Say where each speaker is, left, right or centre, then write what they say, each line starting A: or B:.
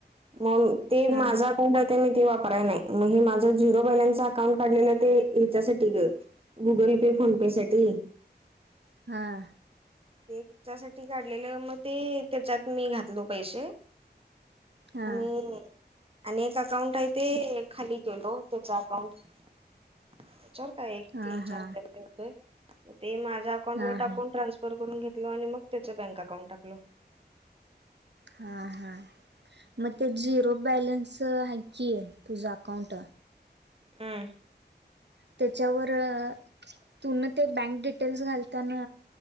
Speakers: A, on the right; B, on the right.
A: मगं ती
B: हां
A: माझा <unintelligible> ते मी ते वापराय नाही मगं हे माझ झिरो बॅलन्स अकाउंट काढलेलं ते येच्यासाठी ग. गुगल पे फोन पे साठी?
B: हां
A: हेच्यासाठी काढलेलं मग ते त्याच्यात मी घात घातलो पैशे
B: हां
A: आणि आणि एक अकाउंट आहे ते खाली केलो त्याच्या अकाउंटच्यावर काय. एक
B: हां
A: तीन
B: हां
A: चार हजार रुपये होतय ते माझ्या अकाउंट
B: हां
A: वर
B: हां
A: टाकून ट्रान्स फर करून घेतलो आणि मग त्याच बँक अकाउंट टाकलो.
B: हां हां म ते झिरो बॅलन्सच हाय की तुझं अकाउंट.
A: हम्म.
B: त्याच्यावर अ तू न ते बँक डिटे टेल्स घालताना